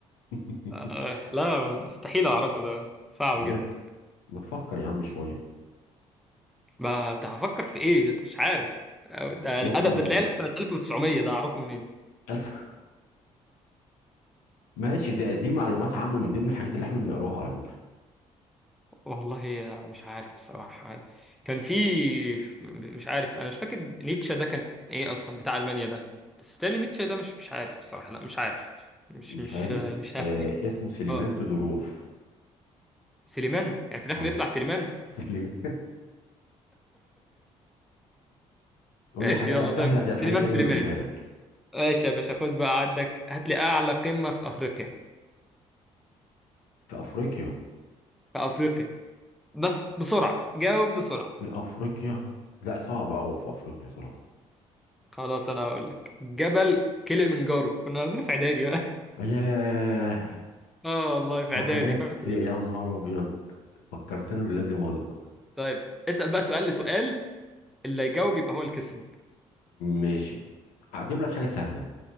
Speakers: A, on the left; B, in the centre.
A: <laughs>
B: آه لا مستحيل اعرفه ده صعب
A: بجد
B: جدا
A: ما تفكر يا عم شويه
B: ما ت- هفكر في ايه مش عارف أو ده
A: اسمه
B: الادب ده تلاقيه
A: <laughs>
B: سنه 1900 ده اعرفه منين
A: ألف ماشي ده دي معلومات عامة من ضمن الحاجات اللي احنا بنقراها على فكرة
B: والله مش عارف بصراحه كان في مش عارف انا مش فاكر نيتشه ده كان ايه اصلا بتاع المانيا ده بس تالي نيتشه ده مش مش عارف بصراحه لا مش عارف مش
A: مش
B: مش
A: عارف
B: مش
A: آه
B: هفتي
A: اسمه سليمان
B: اه
A: تودوروف
B: سليمان يعني في الاخر
A: اه
B: يطلع سليمان
A: <laughs> سليمان قول
B: ماشي
A: لي حاجة
B: يلا
A: بقى سهلة
B: زي ما-
A: زي الحاجات
B: سليمان
A: اللي
B: سليمان
A: انا بجيبها لك
B: ماشي يا باشا خد بقى عندك هات لي اعلى قمه في افريقيا
A: في افريقيا
B: في افريقيا بس بسرعة جاوب بسرعة
A: في افريقيا لا صعب قوي في افريقيا صراحة
B: خلاص أنا هقول لك جبل كليمنجارو كنا واخدينه في إعدادي بقى
A: ياه
B: <laughs> آه والله في
A: ده
B: إعدادي
A: حاجات
B: فاكره
A: يا نهار ابيض فكرتنا بالذي مضى
B: طيب اسأل بقى سؤال لسؤال اللي يجاوب يبقى هو اللي كسب
A: ماشي هجيب لك حاجة سهلة